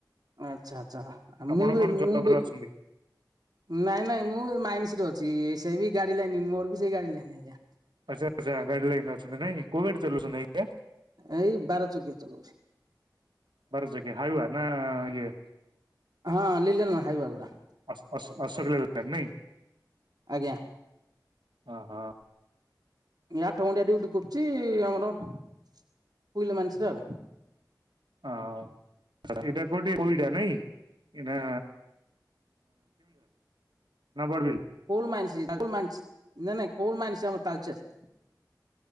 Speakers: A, on the right; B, on the right.
A: ଆଛା ଆଚ୍ଛା
B: ଆପଣ
A: ମୁଁ ବି
B: କଣ
A: ମୁଁ
B: ଜବ ରେ
A: ବି
B: ଅଛନ୍ତି?
A: ନାଇଁ ନାଇଁ ମୁଁ ମାଇନ୍ସିରେ ଅଛି। ସେ ବି ଗାଡି ଲାଇନି ମୋର ବି ସେଇ ଗାଡି ଲାଇନି ଆଜ୍ଞା।
B: ଆଚ୍ଛା <unintelligible> ରେ ଅଛନ୍ତି। ନାଇଁକି କୋଉ ଗାଡ଼ି ଚଲଉଚନ୍ତି ଆଜ୍ଞା।
A: ଏଇ ବାର ଚକିଆ ଚଲଉଛି।
B: ବାର ଚକିଆ ହାଇବା ନାଁ ଇଏ
A: ହଁ ଲିଲନ ନୁହେ ହାଇବା ଉଡା।
B: ଅସ ଅସ <unintelligible> ନାଇଁ
A: ଆଜ୍ଞା
B: ଓ ହୋ
A: ୟା ଆଠ ଘଣ୍ଟିଆ ଡିଉଟି କରୁଛି। ଆମର କୁଇଲା ମାଇନ୍ସରେ ଆଉ।
B: ହଁ ଏଇଟା କୋଉଠି ହୁଇଡା ନାଇଁ ଏଟା
A: <inaudible>
B: ନା ବଡ଼ବିଲ?
A: କୁଲ୍ ମାଇନ୍ସ୍ <unintelligible> ମାଇନ୍ସ୍ ନାଇଁ ନାଇଁ କୁଲ୍ ମାଇନ୍ସ୍ ଆମର ତାଳଚେର।